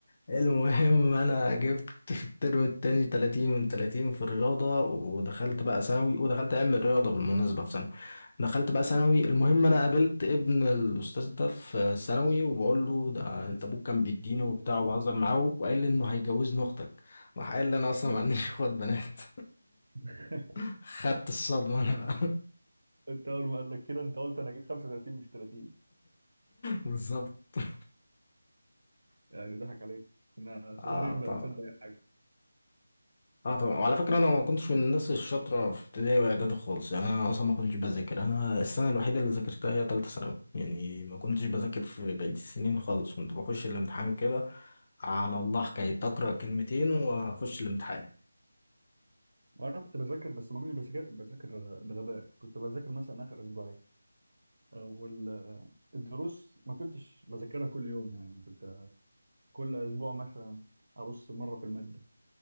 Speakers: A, on the left (about 35°); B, on the right (about 65°).
A: المهم انا جبت في الترم التاني 30 من 30 في الرياضة ودخلت بقى ثانوي ودخلت علم الرياضة بالمناسبة في ثانوي دخلت بقى ثانوي المهم انا قابلت ابن الاستاذ ده في ثانوي وبقول له ده انت ابوك كان بيديني وبتاع وبهزر معاه وقال لي انه هيجوزني اختك راح قال لي انا اصلا
B: مم.
A: ما عنديش اخوات بنات
B: <laughs>
A: <laughs> خدت الصدمة انا بقى
B: انت اول ما قال لك كده انت قلت انا اجيب 35 مش 30
A: <laughs> بالظبط
B: يعني ضحك عليك كنا صغيرين
A: اه طبعا
B: بقى بنصدق اي حاجه
A: اه طبعا وعلى فكره انا ما كنتش من الناس الشاطره في ابتدائي واعدادي خالص يعني انا اصلا ما كنتش بذاكر انا السنه الوحيده اللي ذاكرتها هي ثالثه ثانوي يعني ما كنتش بذاكر في بقيه السنين خالص كنت بخش الامتحان كده على الله حكايه اقرا كلمتين واخش الامتحان
B: وانا كنت بذاكر بس ما كنتش بذاكر بذاكر بغباء كنت بذاكر مثلا اخر اسبوعين والدروس ما كنتش بذاكرها كل يوم يعني كنت كل اسبوع مثلا ابص مره في الماده